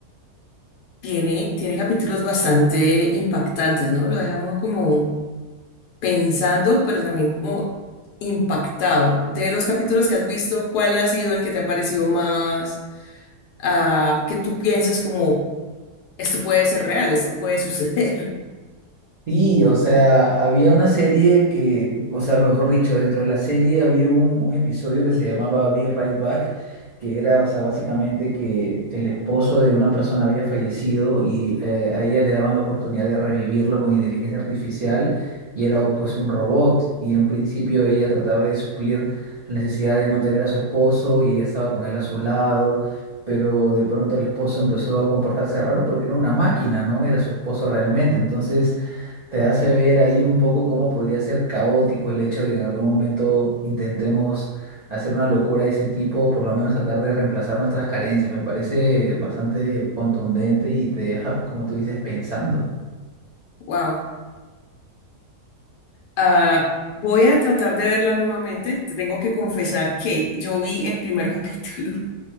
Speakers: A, on the left (about 80°); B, on the right (about 60°).
A: Tiene, tiene capítulos bastante impactantes, ¿no? Lo deja uno como pensando, pero también como impactado. De los capítulos que has visto, ¿cuál ha sido el que te ha parecido más, ah, que tú pienses como, esto puede ser real, esto puede suceder? <laughs>
B: Sí, o sea, había una serie que, o sea, mejor dicho, dentro de la serie había un, un episodio que se llamaba Be Right Back, que era, o sea, básicamente que el esposo de una persona había fallecido y eh, a ella le daban la oportunidad de revivirlo con inteligencia artificial y era pues un robot y en principio ella trataba de suplir la necesidad de no tener a su esposo y ella estaba con él a su lado. pero de pronto el esposo empezó a comportarse raro porque era una máquina, no era su esposo realmente. Entonces, te hace ver ahí un poco cómo podría ser caótico el hecho de que en algún momento intentemos hacer una locura de ese tipo, por lo menos tratar de reemplazar nuestras carencias. Me parece bastante contundente y te deja, como tú dices, pensando.
A: Wow. Ah, voy a tratar de verla nuevamente. Te tengo que confesar que yo vi el primer capítulo.